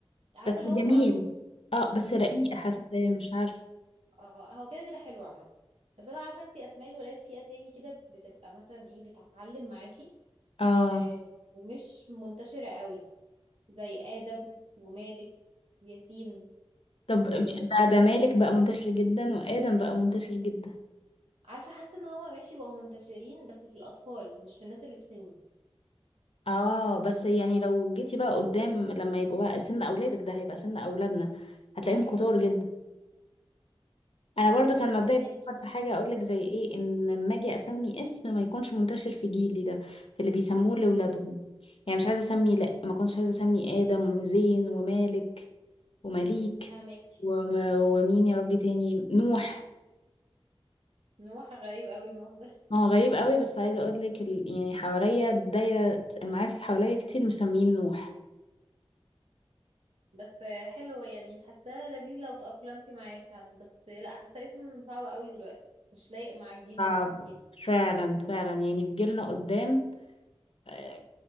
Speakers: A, on the right (about 85°); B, on the left (about 70°).
A: عارفة
B: بس
A: اللي
B: جميل
A: هو معروف
B: اه بس
A: يعني
B: رقيق حاسة
A: أنا مستنية
B: مش عارف
A: اه هو كده كده حلو عامة بس انا عارفة انتي اسماء الولاد في اسامي كده بتبقى مثلا ايه بتعلم معاكي
B: اه
A: آه ومش منتشرة قوي زي آدم ومالك ياسين
B: طب ده
A: آه
B: ده مالك بقى منتشر جدا وآدم بقى منتشر جدا
A: عارفة حاسة ان هما ماشي بقوا منتشرين بس في الأطفال مش في الناس اللي في سني
B: اه بس يعني لو جيتي بقى قدام لما يبقوا بقى سن اولادك ده هيبقى سن اولادنا هتلاقيهم كتار جدا انا برضو كان مبدئي
A: فهماكي
B: بفكر في حاجه اقول لك زي ايه ان لما اجي اسمي اسم ما يكونش منتشر في جيلي ده في اللي بيسموه لاولادهم يعني مش عايزه اسمي لا ما كنتش عايزه اسمي ادم وزين ومالك ومليك
A: فهماكي
B: وم... ومين يا ربي تاني نوح
A: نوح غريب قوي نوح ده
B: ما هو غريب قوي بس عايزه اقول لك ال... يعني حواليا دايره المعارف اللي حواليا كتير مسمين نوح
A: <laughs> بس آه، حلو يعني حاساه لذيذ لو تأقلمتي معاه فعلا بس آه، لا حاساه اسم صعب قوي دلوقتي مش لايق مع الجيل
B: صعب
A: اللي احنا فيه ده.
B: فعلا فعلا يعني في جيلنا قدام آه،